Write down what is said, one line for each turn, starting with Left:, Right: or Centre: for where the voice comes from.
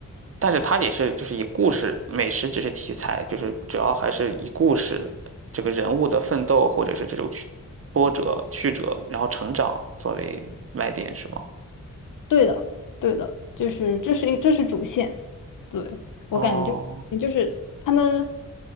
Right: 但是它也是就是以故事，美食只是题材，就是主要还是以故事这个人物的奋斗或者是这种曲波折、曲折，然后成长作为卖点，是吗？
Left: 对的，对的，就是这是一这是主线，对，我感觉就就是他们
Right: 哦